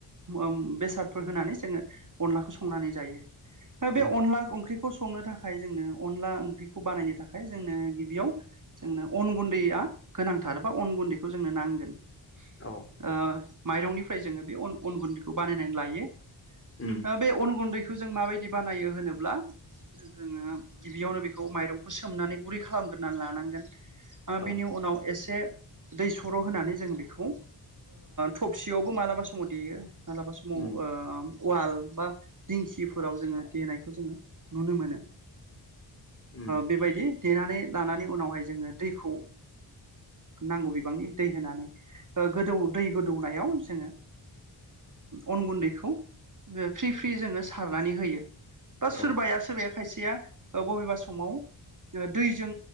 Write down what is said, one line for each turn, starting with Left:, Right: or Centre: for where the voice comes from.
Right: उम बेसादफोर होनानै जोङो अनलाखौ संनानै जायो । ओ
Left: उम
Right: बे अनला ओंख्रिखौ संनो थाखाय जोंनो अनला ओंख्रि खौ बानायनो थाखाय जोंनो गिबियाव जोंनो अन गुन्दैया गोनांथार बा अन गुन्दैखौ जोंनो नांगोन । ओ
Left: औ
Right: माइरंनिफ्राय जोङो बे अन अन गुन्दैखौ बानायनानै लायो ।
Left: उम
Right: बे अन गुन्दैखौ जों माबायदि बानायो होनोब्ला जोङो गिबियावनो बेखौ बे माइरंखौ सोमनानै गुरै खालामगोरोनानै लानांगोन
Left: औ
Right: बेनि उनाव एसे दै सर' होनानै जों बेखौ थबसियावबो मालाबा समाव देयो मालाबा स माव
Left: उम
Right: वाल बा दिंखिफोराव जोङो देनायखौ जोङो नुनो मोनो
Left: उम
Right: बेबायदि देनानै लानानै उनावहाय जोङो दैखौ नांगौ बिबांनि दै होनानै गोदौ दै गोदौनायाव जोङो अन गुन्दैखौ फ्रि फ्रि जोङो सारनानै होयो । बा
Left: औ
Right: सोरबाया सोरबाया खायसेया बबेबा समाव दैजों